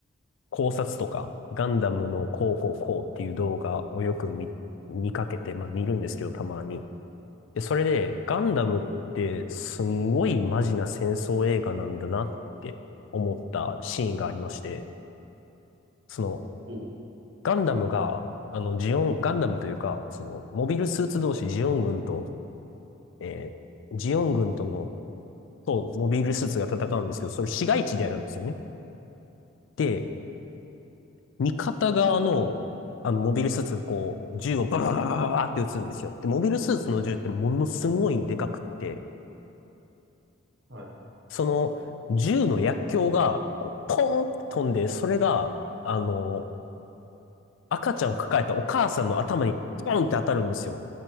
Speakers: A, on the left; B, on the right.
A: 考察とか、ガンダムのこうこうこうっていう動画をよく見、見かけて、まあ見るんですけど、たまに。で、それで、ガンダムってすんごいマジな戦争映画なんだなって思ったシーンがありまして、その、
B: う。い。
A: ガンダムが、あの、ジオン、ガンダムというか、その、モビルスーツ同士ジオン軍と、えージオン軍との、と、モビルスーツが戦うんですけど、それ市街地でやるんですよね。で、味方側の、あの、モビルスーツがこう、銃をババババババって撃つんですよ。で、モビルスーツの銃ってものすごいでかくって、
B: は
A: その、銃の薬莢が、こう、ポーンって飛んで、それが、あの、赤ちゃんを抱えたお母さんの頭に、ポーンって当たるんですよ。